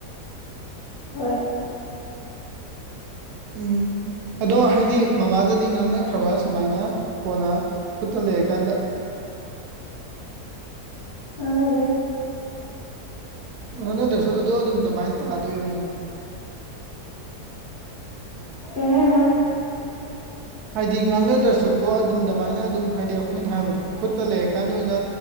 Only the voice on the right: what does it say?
ꯎꯝ ꯑꯗꯣ ꯍꯥꯏꯗꯤ ꯃꯃꯥꯗꯗꯤ ꯉꯥꯡꯅꯈ꯭ꯔꯕ꯭ꯔ ꯁꯨꯃꯥꯏꯅ ꯀꯣꯟꯅ ꯈꯨꯠꯇ ꯂꯩꯔ ꯀꯥꯟꯗ
ꯅꯪꯅꯗ꯭ꯔꯁꯨ ꯑꯗꯨꯗ ꯑꯗꯨꯝ ꯑꯗꯨꯃꯥꯏꯅ ꯇꯥꯗꯣꯔꯤꯕꯅꯤꯅꯦ
ꯍꯥꯏꯗꯤ ꯉꯥꯡꯅꯗ꯭ꯔꯁꯨꯀꯣ ꯑꯗꯨꯝ ꯑꯗꯨꯃꯥꯏꯅ ꯑꯗꯨꯝ ꯍꯥꯏꯗꯤ ꯑꯩꯈꯣꯏꯅ ꯍꯥꯏꯕꯗꯣ ꯈꯨꯠꯇ ꯂꯩꯔꯀꯥꯟꯗ ꯑꯣꯏꯅ